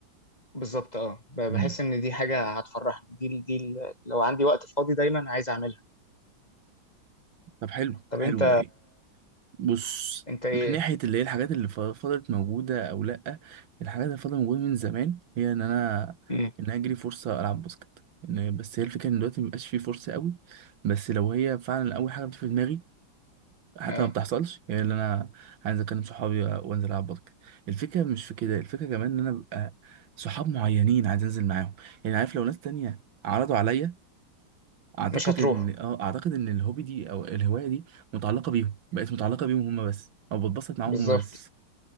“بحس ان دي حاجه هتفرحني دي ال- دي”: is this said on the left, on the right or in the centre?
Left